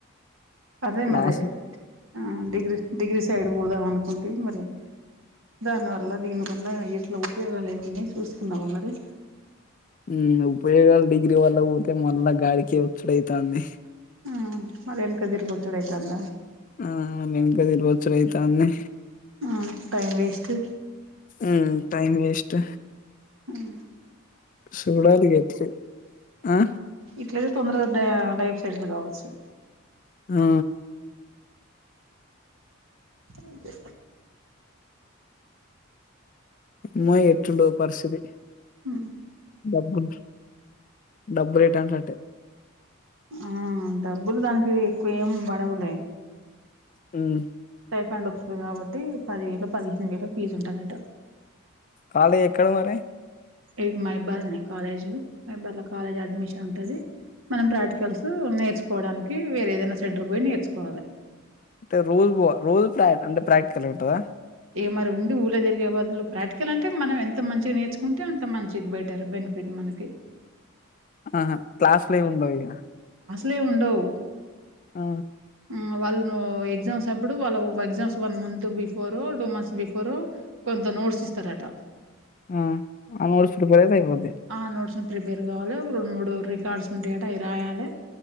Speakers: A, on the right; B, on the left.
A: అదే
B: లాస్
A: మరి ఆ డిగ్రీ డిగ్రీ సైడ్ పోదాం అనుకుంటే మరి దానివల్ల దీని వల్ల ఎట్లా ఉపయోగాలు ఏమ్ అన్నీ చూసుకున్నావా మరి
B: ఉమ్ ఉపయోగాలు డిగ్రీ వాల్లక్ పోతే మళ్ళా గాడికి వచ్చుడయితాంది
A: ఆ మళ్ళ ఎనక దిరుకొస్త డైతాంద
B: ఆ వెెంక దీరుకొచ్చడైతాంది
A: ఆ టైమ్ వేస్టు
B: ఉమ్ టైమ్ వేస్ట్
A: ము
B: సూడాలి ఇ గట్లే ఆ
A: అట్లయితే తొందరగ దా లైఫ్ సైటిల్ కావచ్చు
B: మ్
A: అదే
B: అమ్మో ఎట్లుంటదో పరిస్థితి
A: ఉ హ్మ్
B: డబ్బులు డబ్బులెటంటే అటే
A: ఆహా డబ్బులు దానికి ఎక్కువ ఏం బడవులే
B: హ్మ్
A: రిఫండ్ వాత్తది కాబట్టి పది వేలో, పదిహేను వేలో ఫీజు ఉంటదట
B: కాలేజ్ ఎక్కడ మరి
A: ఏ మహాబాద్లనే కాలేజ్. మైబాద్లా కాలేజ్ అడ్మిషన్ ఉంటది. మనం ప్రాక్టికల్స్ నేర్చుకోవడానికి వేరే ఏదైనా సెంటర్ పోయి నేర్చుకోవాలి.
B: అంటే రోజు వ రోజు ప్ర అంటే ప్రాక్టికల్ ఉంటదా
A: ఇగ మరి ఉండి ఊల్లో తిరిగే బదులు ప్రాక్టికల్ అంటే మనం ఎంత మంచిగా నేర్చుకుంటే అంత మంచిది బెటర్ బెనిఫిట్ మనకి
B: ఆహ క్లాస్ లేవి ఉండవు ఇగ
A: లే ఉండవు
B: ఆ
A: ఉమ్ వాళ్ళు ఎగ్జామ్స్ అప్పుడు వాళ్ళ ఎగ్జామ్స్ వన్ మంత్ బిఫోర్ రూ డు మంత్స్ బిఫోరు కొంత నోట్స్ ఇస్తారట
B: ఆ ఆ నోడ్స్ గాదు ఇంక అదె
A: ఆ నోట్స్ ను ప్రిపేర్ కావాలె రెండు మూడు రికార్డ్స్ ఉంటాయట అవి రాయాలి